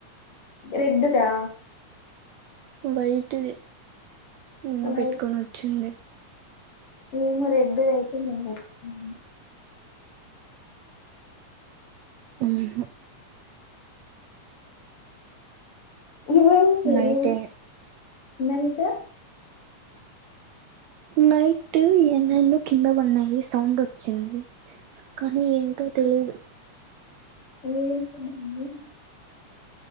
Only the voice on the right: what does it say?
వైటే నిన్న
పెట్టుకోనొచ్చిందే
ఊహు
నైటే
నైటూ ఏంద్ ఏందో కింద పన్నాయి సౌండ్ వచ్చింది కానీ ఏంటో తెలీదు